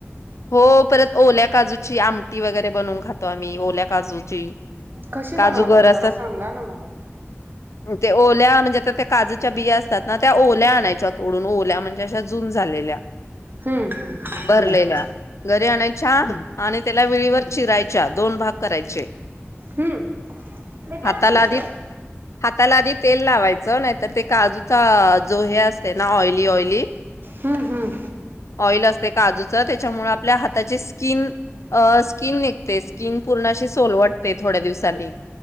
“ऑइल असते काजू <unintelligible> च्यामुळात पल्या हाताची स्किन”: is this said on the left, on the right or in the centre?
Left